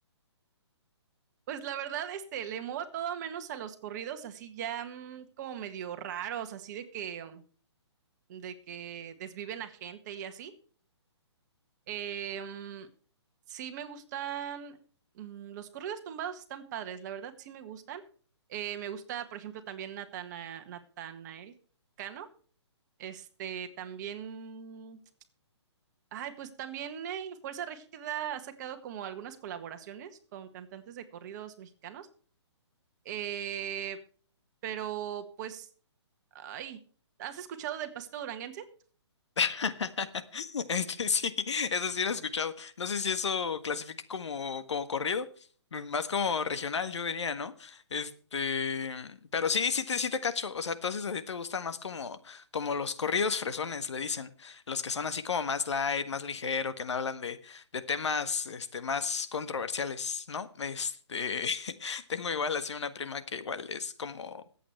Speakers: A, on the right; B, on the left.
A: Pues la verdad, este, le muevo todo menos a los corridos así ya mm, como medio raros, así de que, um, de que desviven a gente y así. Eh, mm, sí me gustan, mm, los corridos tumbados están padres, la verdad sí me gustan. Eh, me gusta, por ejemplo, también Natana, Natanael Cano. Este, también, ay, pues también eh, Fuerza Régida ha sacado como algunas colaboraciones con cantantes de corridos mexicanos. Eh, pero pues, ay, ¿has escuchado del Pasito Duranguense?
B: <laughs> Este sí, eso sí lo he escuchado. No sé si eso clasifique como, como corrido, más como regional, yo diría, ¿no? Este, pero sí, sí te, sí te cacho. O sea, entonces a ti te gustan más como, como los corridos fresones, le dicen. Los que son así como más light, más ligero, que no hablan de, de temas, este, más controversiales, ¿no? Este, <laughs> tengo igual así una prima que igual es como,